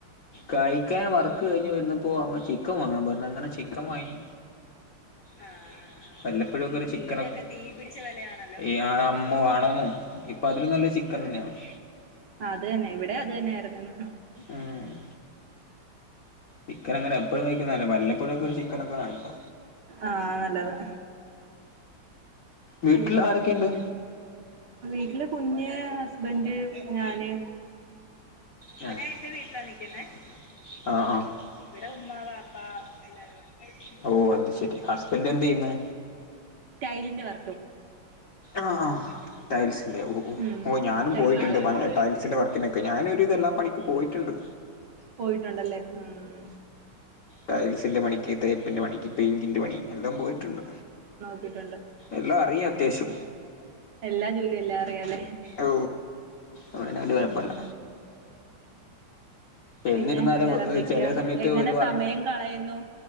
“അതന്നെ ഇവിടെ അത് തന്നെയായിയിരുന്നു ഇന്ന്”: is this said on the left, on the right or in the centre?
Right